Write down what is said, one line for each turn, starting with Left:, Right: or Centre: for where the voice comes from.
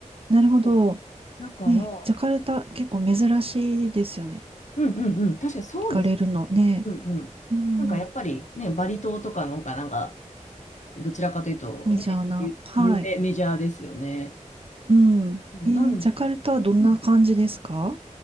Right: なるほど。
Left: そうだから、
Right: ね、ジャカルタ結構珍しいですよね。
Left: うんうんうん、確かにそうです。
Right: 行かれるのね。
Left: うんうん。
Right: うん。
Left: なんかやっぱりね、バリ島とかの方がなんか、どちらかというとね、
Right: メジャーな。
Left: ゆ有名、
Right: はい。
Left: メジャーですよね。
Right: うん。
Left: そうなん、
Right: えー、ジャカルタはどんな感じですか
Left: うん、